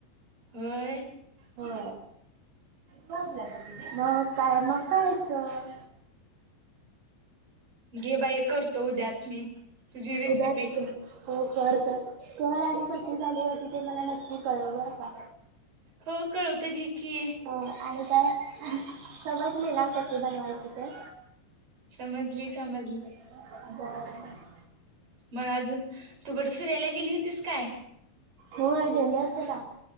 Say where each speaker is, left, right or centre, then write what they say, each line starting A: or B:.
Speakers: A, on the right; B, on the right.
A: होय
B: हो मग. काय मग खायचं.
A: घे बाई करतो उद्याच मी तुझी रेसिपी.
B: उद्याच कर हो कर कर कर आणि कशी झाली होती ते मला नक्की कळव बर का.
A: हो कळवते घे की.
B: अ आणि काय समजली ना कशी बनवायची ते.
A: समजली समजली.
B: बर बर.
A: मग अजून तू कठं फिरायला गेली होतीस काय?
B: होय गेले होते ना,